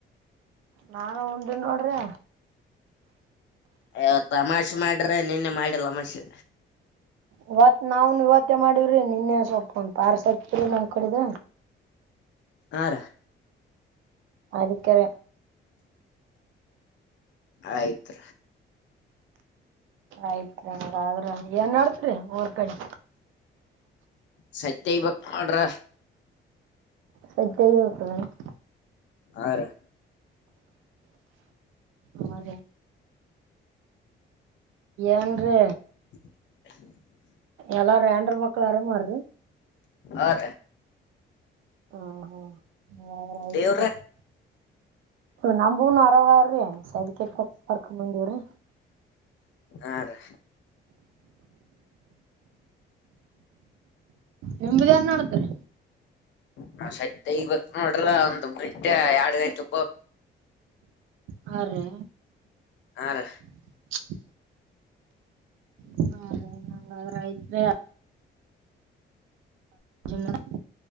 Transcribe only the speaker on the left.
ಯ ಅಮಾಷೆ ಮಾಡ್ರೆ ನಿನ್ನೆ ಮಾಡಿ ಅಮಾಷೆ
ಆ ರೀ
ಆಯ್ತ್.
ಸತ್ಯಐ ಬಕ್ ಮಾಡ್ರ.
ಆ ರೀ
<unintelligible>
ಹ
ದೇವ್ರ
ಆ ರೇ
ನಾ ಸತ್ತ ಇಬೇಕ ನೋಡ್ರ ಒಂದ್ ಗಂಟೆ ಎರಡ್ ಗಂಟೆ
ಹಾ ರ